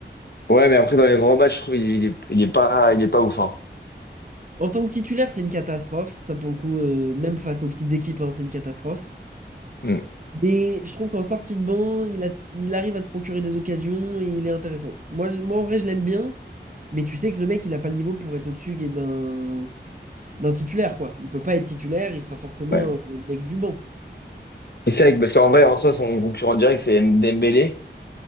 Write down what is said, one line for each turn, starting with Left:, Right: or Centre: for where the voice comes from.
Left: ouais, mais après, dans les grands matchs, je trouve il, il est, il est pas, il est pas ouf, hein.
Right: En tant que titulaire, c'est une catastrophe. Ça, pour le coup, euh, même face aux petites équipes, hein, c'est une catastrophe.
Left: Hmm,
Right: Mais je trouve qu'en sortie de banc, il a- il arrive à se procurer des occasions et il est intéressant. Moi, je- moi en vrai, je l'aime bien. Mais tu sais que le mec, il a pas le niveau pour être au-dessus et d'un d'un titulaire, quoi. Il peut pas être titulaire, il sera forcément
Left: ouais.
Right: un mec du banc.
Left: Et c'est vrai, que- parce qu'en vrai, en soi, son concurrent direct, c'est M- Dembélé,